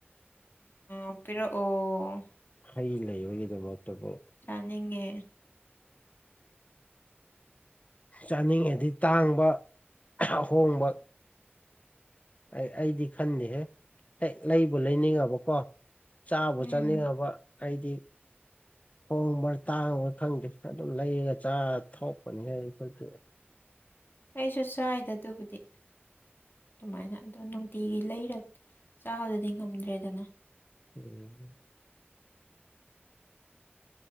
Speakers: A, on the left; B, on the left.
A: ꯎ ꯄꯤꯔꯤꯑꯣ
B: ꯍꯩ ꯂꯩꯕꯒꯤꯗꯃꯛꯇꯕꯨ
A: ꯆꯥꯅꯤꯡꯉꯦ
B: ꯆꯥꯅꯤꯡꯉꯗꯤ ꯇꯥꯡꯕ ꯑꯍꯣꯡꯕ ꯑꯩ ꯑꯩꯗꯤ ꯈꯟꯗꯦꯍꯦ ꯍ ꯂꯩꯕꯨ ꯂꯩꯅꯤꯡꯉꯕꯀꯣ ꯆꯥꯕ
A: ꯎꯝ
B: ꯆꯥꯅꯤꯡꯉꯕ ꯑꯩꯗꯤ ꯍꯣꯡꯕ ꯇꯥꯡꯕ ꯈꯪꯗꯦ ꯑꯗꯨꯝ ꯂꯩꯔꯒ ꯆ ꯊꯣꯛꯄꯅꯤꯍꯦ ꯑꯩꯈꯣꯏꯁꯦ
A: ꯀꯩꯁꯨ ꯆꯥꯏꯗ ꯑꯗꯨꯕꯨꯗꯤ ꯑꯗꯨꯃꯥꯏꯅ ꯑꯗꯣ ꯅꯨꯡꯇꯤꯒꯤ ꯂꯩꯔ ꯆꯥꯕꯗꯗꯤ ꯉꯝꯗ꯭ꯔꯦꯗꯅ
B: ꯎꯝ